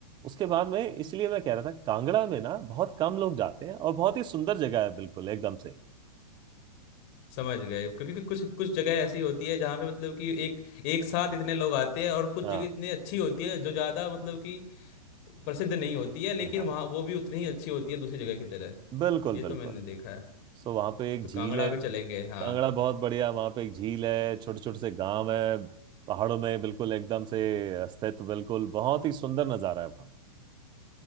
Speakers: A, on the right; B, on the left.
A: उसके बाद में इसलिए मैं कह रहा था कांगड़ा में ना बहुत कम लोग जाते हैं और बहुत ही सुंदर जगह है बिल्कुल एकदम से
B: <laughs> समझ गए क्योंकि कि कुछ कुछ जगह ऐसी होती है जहाँ पे मतलब कि एक एक साथ इतने लोग आते हैं और कुछ
A: हाँ
B: जगह इतनी अच्छी होती है जो ज़्यादा मतलब कि प्रसिद्ध नहीं होती है लेकिन
A: हाँ
B: वहाँ वो भी उतनी ही अच्छी होती है दूसरी जगह की तरह
A: बिल्कुल
B: ये
A: बिल्कुल
B: तो मैंने देखा है
A: सो वहाँ पे एक
B: तो
A: झील
B: कांगड़ा
A: है
B: भी चलेंगे हाँ
A: कांगड़ा बहुत बढ़िया वहाँ पे एक झील है छोटे छोटे से गांव है पहाड़ों में बिल्कुल एकदम से स्थित बिल्कुल बहुत ही सुंदर नज़ारा है वहाँ